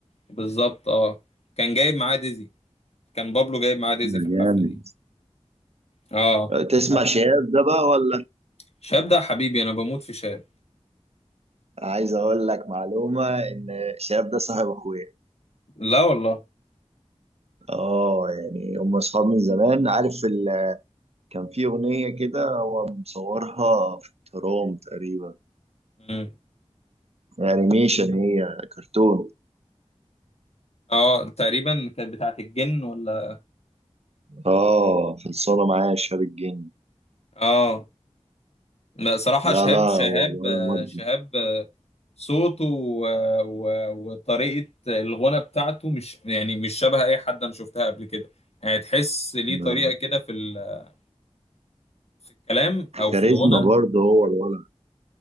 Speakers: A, on the left; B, on the right.
A: بالظبط اه كان جايب معاه ديزي كان بابلو جايب معاه ديزي
B: ده
A: في الحفله
B: جامد
A: دي اه
B: تسمع
A: اه
B: شهاب ده بقى ولا
A: شاب ده حبيبي انا بموت في شاب
B: عايز اقول لك معلومة ان شهاب ده صاحب اخويا
A: لا والله
B: اه يعني هم اصحاب من زمان عارف ال... كان في اغنية كده هو مصورها في الترام تقريبا
A: مم.
B: انيميشن هي كرتون
A: اه تقريبا كانت بتاعت الجن ولا
B: اه خلصانة معايا شهاب الجن
A: اه لا، صراحة
B: لا
A: شهاب
B: لا
A: شهاب
B: هو الولا
A: آه،
B: مودي
A: شهاب آه، صوته و- و- وطريقة الغنى بتاعته مش يعني مش شبه أي حد أنا شفتها قبل كده يعني تحس ليه
B: م-
A: طريقة كده في ال- في الكلام أو
B: كاريزما
A: في الغنى
B: برضه هو الولد